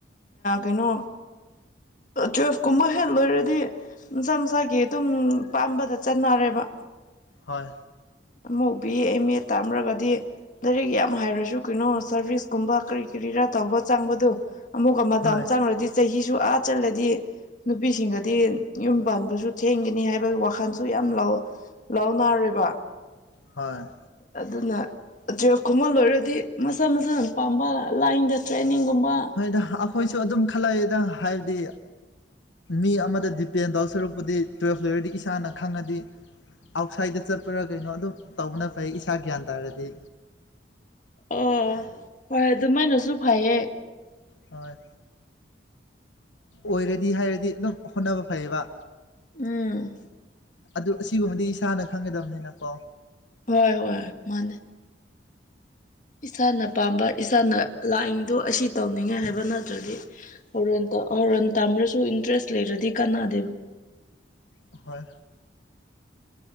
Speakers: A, on the left; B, on the left.
A: ꯀꯩꯅꯣ ꯇꯨꯋꯜꯐ ꯀꯨꯝꯕ ꯍꯦꯟ ꯂꯣꯏꯔꯗꯤ ꯃꯁꯥ ꯃꯁꯥꯒꯤ ꯑꯗꯨꯝ ꯄꯥꯝꯕꯗ ꯆꯠꯅꯔꯦꯕ
B: ꯍꯣꯏ
A: ꯑꯃ ꯎꯕꯤ ꯑꯦꯝ ꯑꯦ ꯇꯥꯝ꯭ꯔꯒꯗꯤ ꯂꯥꯏꯏꯔꯤꯛ ꯌꯥꯝ ꯍꯥꯏꯔꯁꯨ ꯀꯩꯅꯣ ꯁꯔꯚꯤꯁꯀꯨꯝꯕ ꯀꯔꯤ ꯀꯔꯤꯔꯥ ꯇꯧꯕ ꯆꯪꯕꯗꯣ ꯑꯃꯨꯛꯀ ꯃꯇꯝ
B: ꯍꯣꯏ
A: ꯆꯪꯉꯨꯔꯗꯤ ꯆꯍꯤꯁꯨ ꯑꯥ ꯆꯜꯂꯗꯤ ꯅꯨꯄꯤꯁꯤꯡꯒꯗꯤ ꯌꯨꯝ ꯄꯥꯟꯕꯁꯨ ꯊꯦꯡꯒꯅꯤ ꯍꯥꯏꯕꯒꯤ ꯋꯥꯈꯜꯁꯨ ꯌꯥꯝ ꯂꯧꯋ ꯂꯥꯎ ꯅꯥꯔꯦꯔꯕ
B: ꯍꯣꯏ
A: ꯑꯗꯨꯅ ꯇ꯭ꯔꯞ ꯈꯨꯝꯍꯜ ꯂꯣꯏꯔꯗꯤ ꯃꯁꯥ ꯃꯁꯥꯅ ꯄꯥꯝꯕ ꯂꯥꯏꯟꯗ ꯇ꯭ꯔꯦꯟꯅꯤꯡꯒꯨꯝꯕ
B: ꯍꯣꯏꯗ ꯑꯩꯈꯣꯏꯁꯨ ꯑꯗꯨꯝ ꯈꯜꯂꯛꯑꯦꯗ ꯍꯥꯏꯕꯗꯤ ꯃꯤ ꯑꯃꯗ ꯗꯤꯄꯦꯟ ꯇꯧ ꯁꯔꯨꯛꯄꯨꯗꯤ ꯇꯨꯌꯦꯜꯐ ꯂꯩꯣꯏꯔꯗꯤ ꯏꯁꯥꯅ ꯈꯪꯉꯗꯤ ꯑꯥꯎꯠꯁꯥꯏꯗ ꯆꯠꯄ꯭ꯔꯥ ꯀꯩꯅꯣ ꯑꯗꯨꯝ ꯇꯧꯕꯅ ꯐꯩ ꯏꯁꯥ ꯒ꯭ꯌꯥꯟ ꯇꯥꯔꯗꯤ
A: ꯑꯣ ꯍꯣꯏ ꯑꯗꯨꯃꯥꯏꯅꯁꯨ ꯐꯩꯌꯦ
B: ꯍꯣꯏ ꯑꯣꯏꯔꯗꯤ ꯍꯥꯏꯔꯗꯤ ꯑꯗꯨꯝ ꯍꯣꯠꯅꯕ ꯐꯩꯌꯦꯕ
A: ꯎꯝ
B: ꯑꯗꯨ ꯑꯁꯤꯒꯨꯝꯕꯗꯤ ꯏꯁꯥꯅ ꯈꯪꯒꯗꯕꯅꯤꯅꯀꯣ
A: ꯍꯣꯏ ꯍꯣꯏ ꯃꯥꯅꯦ ꯏꯁꯥꯅ ꯄꯥꯝꯕ ꯏꯁꯥꯅ ꯂꯥꯛꯅꯤꯡꯗꯣ ꯑꯁꯤ ꯇꯧꯅꯤꯡꯉꯦ ꯍꯥꯏꯕ ꯅꯠꯇ꯭ꯔꯗꯤ ꯍꯣꯔꯦꯟ ꯍꯣꯔꯣꯟ ꯇꯝꯃ꯭ꯔꯁꯨ ꯏꯟꯇꯔꯦꯁ ꯂꯩꯔꯗꯤ ꯀꯥꯟꯅꯥꯗꯦꯕ
B: ꯍꯣꯏ